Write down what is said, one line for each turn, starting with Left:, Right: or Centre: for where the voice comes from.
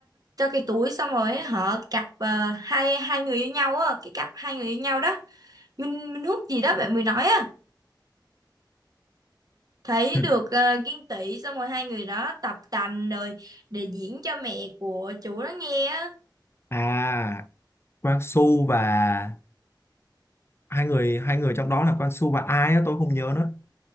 Right: cho cái túi xong rồi họ cặp ờ, hai hai người yêu nhau á cái cặp hai người yêu nhau đó Minh Minh Húc gì đó bạn mới nói á thấy
Left: ừ.
Right: được uh, Kiên Tỷ xong rồi hai người đó tập tành rồi để diễn cho mẹ của chủ đó nghe á
Left: à Quang Su và hai người hai người trong đó là Quang Su và ai á tôi không nhớ nữa